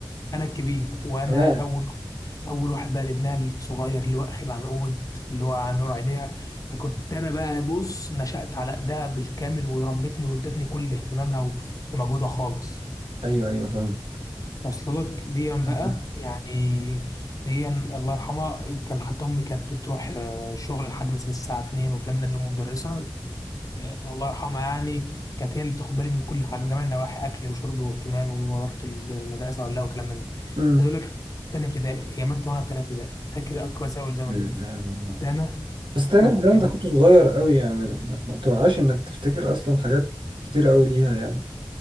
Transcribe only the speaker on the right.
كمان
ايوه ايوه فاهم
تمام.
امم
لا
إله إلا الله
بس تاني
ده انت
كنت صغير قوي يعني ما ما توعاش انك تفتكر اصلا حاجات كتير قوي ليها يعني